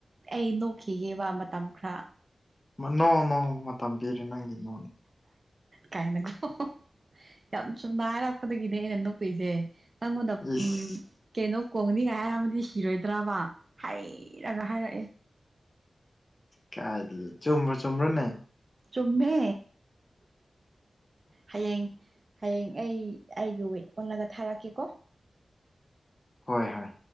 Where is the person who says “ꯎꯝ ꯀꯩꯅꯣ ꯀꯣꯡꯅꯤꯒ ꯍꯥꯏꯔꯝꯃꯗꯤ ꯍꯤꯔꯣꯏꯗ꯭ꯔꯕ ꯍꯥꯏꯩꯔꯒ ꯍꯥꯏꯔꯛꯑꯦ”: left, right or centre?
Right